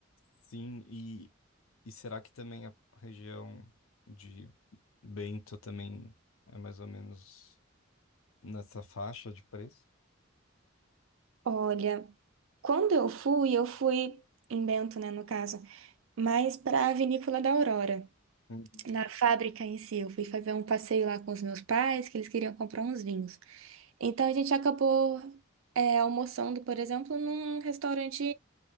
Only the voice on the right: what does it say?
Olha, quando eu fui, eu fui em Bento, né, no caso, mas para a Vinícola da Aurora,
na fábrica em si. Eu fui fazer um passeio lá com os meus pais, que eles queriam comprar uns vinhos. Então a gente acabou é, almoçando, por exemplo, num restaurante